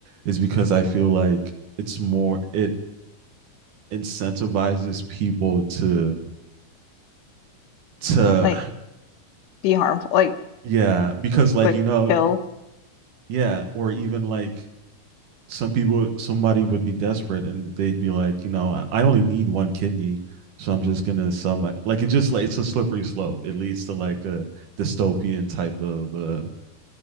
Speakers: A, on the right (about 75°); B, on the left (about 80°).
A: is because I feel like it's more it incentivizes people to to
B: Like be harmful, like
A: yeah because like
B: like
A: you know
B: kill?
A: yeah or even like some people somebody would be desperate and they'd be like you know i, only need one kidney so i'm just gonna sell my like it just like it's a slippery slope it leads to like a dystopian type of uh